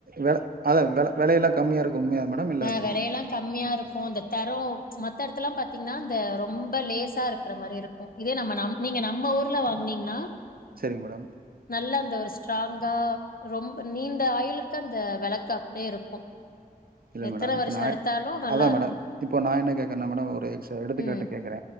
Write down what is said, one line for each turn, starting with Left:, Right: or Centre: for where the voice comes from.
Right: வெல அதா வெல வெலயெல்லா கம்மியா இருக்கு உண்மயா மேடம் இல்ல
Left: ஆ
Right: எப்டி
Left: வெலையெல்லா
Right: மேடம்
Left: கம்மியா இருக்கு அந்த தரோ மத்த எடத்தல்லா பாத்தீங்கன்னா இந்த ரொம்ப லேசா இருக்ற மாரி இருக் கு இதே நம் நீங்க நம்ம ஊர்ல வாங்னீங்கன்னா
Right: செரிங் மேடம்
Left: நல்லா அந்த ஒரு ஸ்ட்ராங்கா ரொம்ப நீண்ட ஆயுலுக்கு அந்த வெளக்கு அப்டியே இருக்கு
Right: இல்ல
Left: எத்தன
Right: மேடம் இப்ப
Left: வருஷ
Right: நா
Left: எடுத்தாலு நல்லா
Right: அதா மேடம்
Left: இருக்கு
Right: இப்போ நா என்ன கேக்கறனா மேடம் ஒரு எக்ஸ் எடுத்துக்காட்டு
Left: ம்
Right: கேக்கற